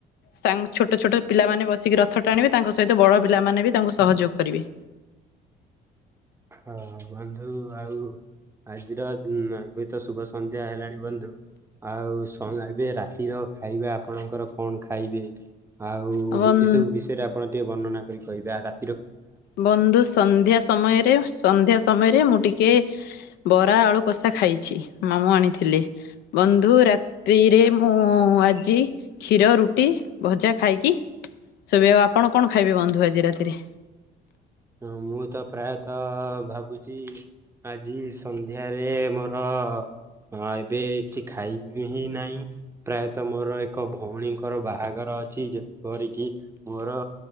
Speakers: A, on the left; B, on the right.
A: ସାଙ୍ଗ ଛୋଟ ଛୋଟ ପିଲାମାନୋ ବସିକି ରଥ ଟାଣିବେ। ତାଙ୍କ ସହିତ ବଡ ପିଲାମାନେ ବି ତାଙ୍କୁ ସହଯୋଗ କରିବେ।
B: ହଁ ବନ୍ଧୁ ଆଉ ଆଜିର ଏବେ ତ ଶୁଭ ସନ୍ଧ୍ୟା ହେଲାଣି ବନ୍ଧୁ। ଆଉ ସେ ଵଅ ଏବେ ରାତିର ଖାଇବା ଆପଣଙ୍କର କଣ ଖାଇବେ? ଆଉ
A: ବନ୍
B: ଏସବୁ ବିଷୟରେ ଆପଣ ଟିକେ ବର୍ଣନା କରି କହିବ ।
A: ବନ୍ଧୁ ସନ୍ଧ୍ୟା ସମୟରେ ସନ୍ଧ୍ୟା ସମୟରେ ମୁଁ ଟିକେ ବରା ଆଳୁ କଷା ଖାଇଛି ମାମୁଁ ଆଣିଥିଲେ। ବନ୍ଧୁ ରାତିିରେ ମୁଁ ଆଜି କ୍ଷୀର ରୁଟି ଭଜା ଖାଇକି ଶବେ ଆଉ ଆପଣ କଣ ଖାଇବେ ବନ୍ଧୁ ଆଜି ରାତିରେ
B: ହଁ ମୁଁ ତ ପ୍ରାୟତ ଭାବୁଛି ଆଜି ସନ୍ଧ୍ୟାରେ ଏ ମୋର ହଁ ଏବେ କିଛି ଖାଇବି ହିଁ ନାହିଁ ପ୍ରାୟତ ମୋର ଏକ ଭଉଣୀଙ୍କର ବାହାଘର ଅଛି ଯେପରିକି ମୋର